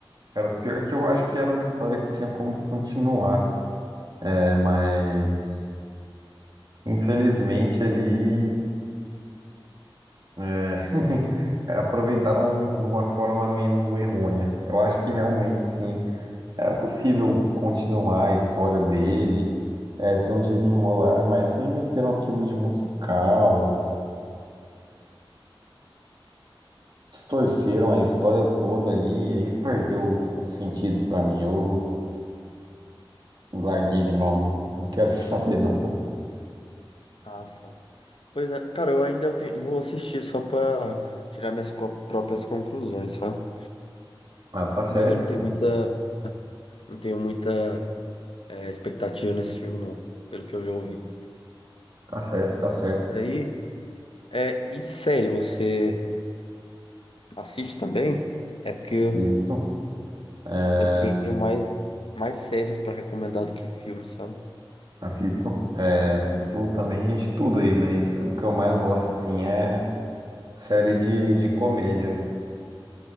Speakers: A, on the right (about 55°); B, on the left (about 85°).
A: cara, pior que eu acho que era uma história que tinha como continuar, né? Mas infelizmente ali é, <laughs> aproveitaram de uma forma meio errônea. Eu acho que realmente assim era possível continuar a história dele, é, ter um desenrolar, mas aí meteram aquilo de musical. distorceram a história toda ali, e aí perdeu o sentido pra mim. Eu larguei de mão,
B: Sim.
A: não não quero <laughs> saber não.
B: Ah, tá. Pois é, cara, eu ainda tenho- vou assistir só pra tirar minhas co- próprias conclusões, sabe?
A: Ah, tá certo,
B: Mas eu não tenho
A: pô.
B: muita, não tenho muita é, expectativa nesse filme, não, pelo que eu já ouvi.
A: Tá certo, tá certo.
B: Daí, é, e série, você assiste também? É porque eu
A: Assisto, é,
B: Eu tenho mais, mais séries pra recomendar do que filmes, sabe?
A: assisto, é, assisto também de tudo aí, mas o que eu mais gosto, assim, é série de, de comédia.